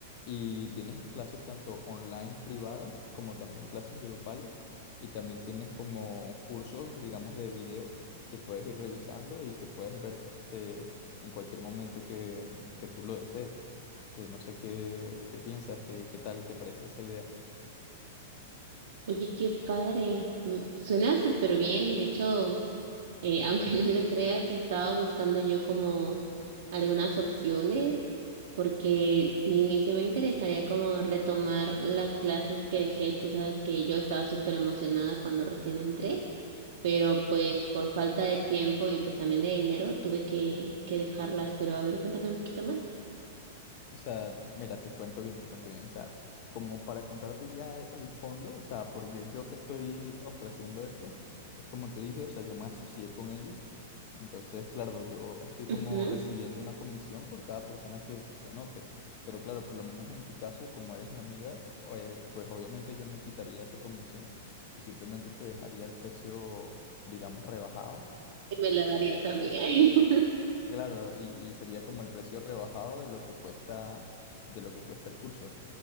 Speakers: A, on the left (about 50°); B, on the right (about 65°).
A: Y tienes clases tanto online privadas como también clases grupales. Y también tienes como cursos, digamos, de video que puedes ir revisando y que puedes ver este, en cualquier momento que, que tú lo desees. Este, no sé qué, qué piensas, qué, qué tal te parece esa idea.
B: Oye, qué padre. Mm, Suena súper bien. De hecho, eh, <laughs> aunque no lo creas, estaba buscando yo como algunas opciones, porque sí, sí me interesaría como retomar las clases que dejé. Tú sabes que yo estaba súper emocionada cuando recién entré. pero pues por falta de tiempo y pues también de dinero tuve que, que dejarlas, pero a ver, cuéntame un poquito más.
A: O sea, mira, te cuento bien, te cuento bien. O sea, como para contarte ya e- el fondo, o sea, porque yo te estoy ofreciendo esto, es como te dije, o sea, yo me asocié con ellos. Entonces, claro, yo estoy como
B: Ujú,
A: recibiendo una comisión por cada persona que, que se anote. Pero claro, por lo menos en tu caso, como eres mi amiga, o- eh, pues obviamente yo me quitaría esa comisión y simplemente te dejaría el precio, digamos, rebajado
B: Y me la darías a mí. <laughs>
A: Claro, y, y sería como el precio rebajado de lo que cuesta, de lo que cuesta el curso.